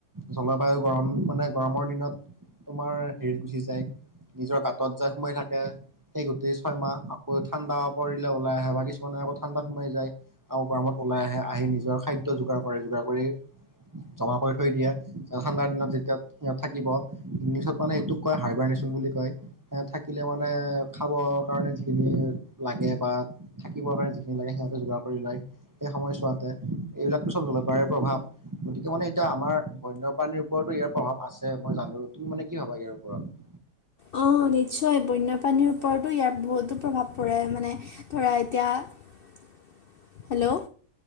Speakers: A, on the right; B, on the left.
A: জলবায়ু গৰম মানে গৰমৰ দিনত তোমাৰ হেৰিত গুচি যায়। নিজৰ গাঁতত যায় সোমাই থাকে সেই গোটেই ছয়মাহ আকৌ ঠাণ্ডা পৰিলে ওলাই আহে বাকি চ কিছুমানে আকৌ ঠাণ্ডা সোমাই যায় আকৌ গৰমত ওলাই আহে আহি নিজৰ খাদ্য যোগাৰ কৰে যোগাৰ কৰি জমা কৰি থৈ দিয়ে ঠাণ্ডাৰ দিনত যেতিয়া। ইয়াত থাকিব ইংলিছত মানে এইটোক কয় হাৰবাৰ নেশ্যন বুলি কয়। এ থাকিলে মানে খাবৰ কাৰণে যিখিনি লাগে বা। থাকিব লাগে যিখিনি লাগে সিহঁতে যোগাৰ কৰি লয়। সেই সময়ছোৱাতে এইবিলাকতো চব জলবায়ুৰ প্ৰভাৱ। গতিকে মানে এতিয়া আমাৰ বন্যপ্ৰাণীৰ ওপৰতো ইয়াৰ প্ৰভাৱ আছে মই জানো, তুমি মানে কি ভাবা ইয়াৰ ওপৰত?
B: অ নিশ্চয় বন্যপাণীৰ ওপৰতো ইয়াৰ বহুতো প্ৰভাৱ পৰে মানে। ধৰা এতিয়া হেল্ল'